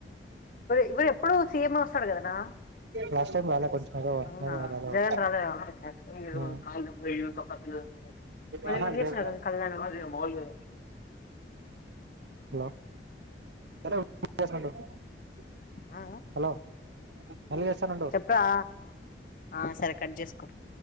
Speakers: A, on the left; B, on the right.
A: ఇప్పుడ ఎప్పుడు సిఎం ఎ వొస్తాడు గదా రా
B: లాస్ట్ టైం రాలే కొంచెం ఏదో వర్క్
A: ఆ
B: మీద రాలే
A: జగన్
B: వాడు
A: రాలె ద
B: ఆ
A: మరి మరి
B: ఆహా
A: ఎవరు చేస్తున్నరు
B: లేదు
A: ఇప్పుడు పెల్లయినోళ్లు
B: హలో <unintelligible>
A: ఆ,
B: హలో మళ్ళీ చేస్తాను ఉండు
A: చెప్పరా ఆ సరే కట్ చేసుకో